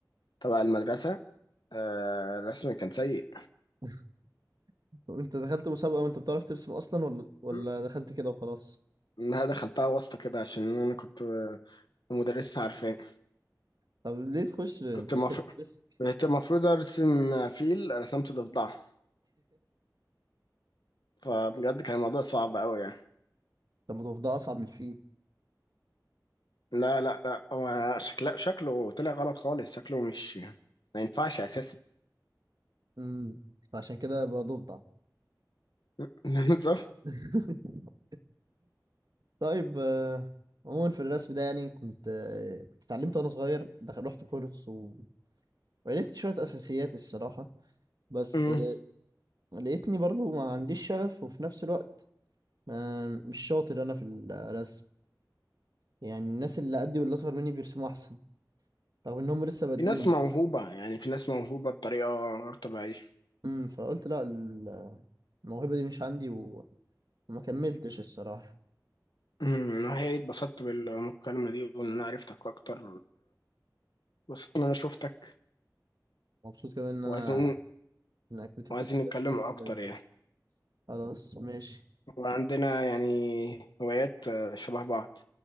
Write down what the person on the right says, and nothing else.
<laughs> طب انت دخلت مسابقة وانت بتعرف ترسم اصلا ولا ولا
دخلت كده وخلاص
طب ليه تخش انت
كده بترسك
طب ما ضفدع اصعب من الفيل
امم فعشان كده بقى ضفدع
<laughs> طيب آه، عموما في الرسم ده يعني كنت آه، كنت اتعلمت وانا صغير دخل رحت كورس و- وعرفت شوية اساسيات الصراحة بس
لقيتني برضو ما عنديش شغف وفي نفس الوقت ما مش شاطر انا في الرسم يعني الناس اللي قدي واللي اصغر مني بيرسموا احسن رغم انهم لسه بادئين
امم فقلت لا ال- الموهبة دي مش عندي و- وما كملتش الصراحة
مبسوط كمان ان انا
انك كنت
كنت
بدأت كرة
زي
خلاص ماشي